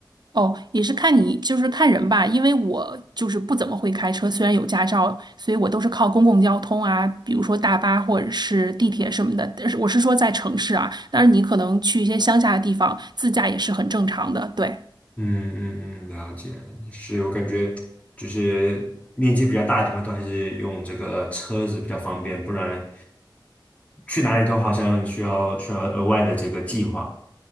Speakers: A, on the right (about 60°); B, on the left (about 20°).
A: 哦，也是看你就是看人吧，因为我就是不怎么会开车，虽然有驾照，所以我都是靠公共交通啊，比如说大巴或者是地铁什么的。但是我是说在城市啊，但是你可能去一些乡下的地方自驾也是很正常的。对。
B: 嗯嗯嗯，了解，是我感觉就是面积比较大的地方都还是用这个车子比较方便，不然去哪里都好像需要需要额外的这个计划。